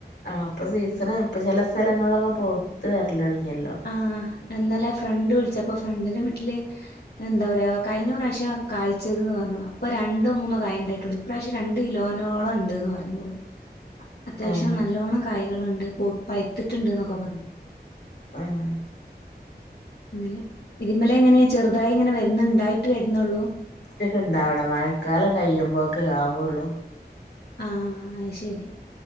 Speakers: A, on the left (about 85°); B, on the left (about 65°).
A: ആഹ് അപ്പൊ സീസണാ ഇപ്പ ചെല സ്ഥലങ്ങളിലൊക്കെ പൊവ്ത്ത് വരലൊടിങ്ങിയല്ലോ?
B: ആഹ് ഇന്നലെ ഫ്രണ്ട് വിളിച്ചപ്പൊ ഫ്രണ്ടിന്റെ വീട്ടില് എന്താ പറയ കഴിഞ്ഞ പ്രാശ്യം കായിച്ചത് ന്ന് പറഞ്ഞു അപ്പോ രണ്ടോ മൂന്നോ കായ് ഇണ്ടായിട്ടൊള്ളു ഇപ്രാവിശ്യം രണ്ട് കിലോനോളം ഉണ്ട്ന്ന് പറഞ്ഞോള് അത്യാവിശ്യം
A: ആഹ്
B: നല്ലോണ്ണം കായികളുണ്ട് പഴ്ത്തിട്ടുണ്ട് എന്നൊക്കെ പറഞ്ഞു
A: ആഹ്
B: അങ്ങനെ ഇതിമ്മലെങ്ങനെ ചെറുതായി ഇങ്ങനെ വരുന്നുണ്ടായിട്ട് വരുന്നുള്ളൂ
A: റ്റൊക്കെ ഇണ്ടാവണം മഴക്കാലം കഴിയുമ്പോക്കെ ആവൊള്ളൂ
B: ആഹ് അയ് ശരി